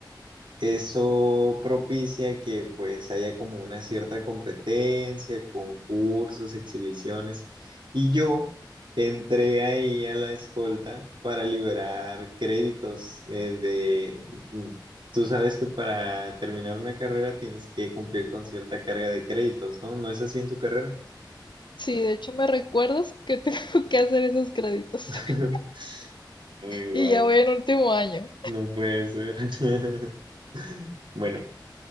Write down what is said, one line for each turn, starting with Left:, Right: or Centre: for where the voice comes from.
Right: Eso propicia que pues haya como una cierta competencia, concursos, exhibiciones. Y yo entré ahí a la escolta para liberar créditos eh, de... mm, Tú sabes que para terminar una carrera tienes que cumplir con cierta carga de créditos, ¿no? ¿No es así en tu carrera?
Left: sí, de hecho me recuerdas que tengo <laughs> que hacer esos créditos
Right: <laughs>
Left: <laughs>
Right: Ay, wow.
Left: y ya voy en último año.
Right: No puede ser. <laughs> Bueno,